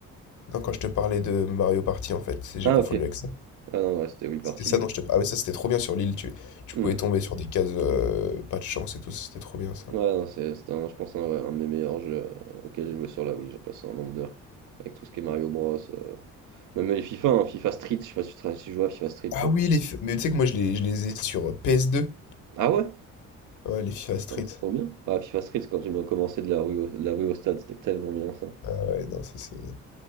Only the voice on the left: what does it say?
Non, quand je te parlais de Mario Party, en fait, c'est- j'ai
confondu
avec ça.
C'était ça
dont
je te parlais. Ah, mais ça, c'était trop bien sur l'île. Tu, tu
pouvais tomber sur des cases, euh, pas de chance et tout, c'était trop bien ça.
Ah oui, les. fi- Mais tu sais que moi, je les, je les ai sur ps deux
Ouais, les FIFA Street.
Ah ouais, non, ça c'est.